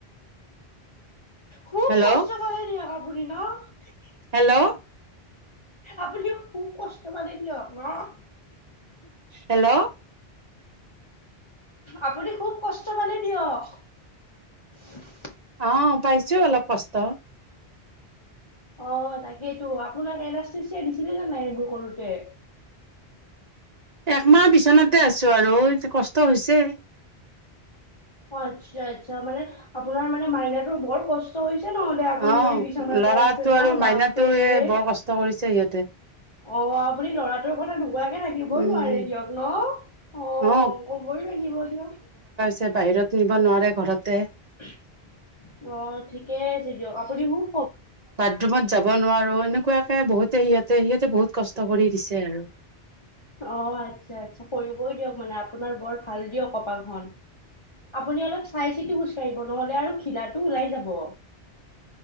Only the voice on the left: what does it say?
খুব
কষ্ট কৰেদিয়ক, আপুনি ন',? অহ, কে।
আপুনিও খুব কষ্ট পালে দিয়ক। ন'?
আপুনি খুব কষ্ট পালে দিয়ক, আপুনি খুব কষ্ট পালে দিয়ক।
অহ তাকেইটো আপোনাক এনাষ্ঠেচিয়া দিছিলেনে নাই এইবোৰ কৰোতে?
অ', -আচ্ছা-আচ্ছা মানে, আপোনাৰ মানে মাইনাটোৰ বৰ কষ্ট হৈছে। নহ'লে আপুনি
যদি বিচনাতে
আছে ন
বাপৰে।
অহ, আপুনি ল'ৰাটোৰ কথা কৈ? কুৱাকে থাকিবই
নোৱাৰে দিয়ক ন', - অঁ
কবই লাগিব দিয়ক।
<unintelligible> অহ, ঠিকে আছে দিয়ক। আপুনি মোক
অ' আচ্ছা আচ্ছা, কৰিবই দিয়ক মানে আপোনাৰ বৰ ভাল দিয়ক কপালখন। আপুনি অলপ চাই চিতি খোজ কাঢ়িব নহ'লে আৰু ঘিলাটো ওলাই যাব।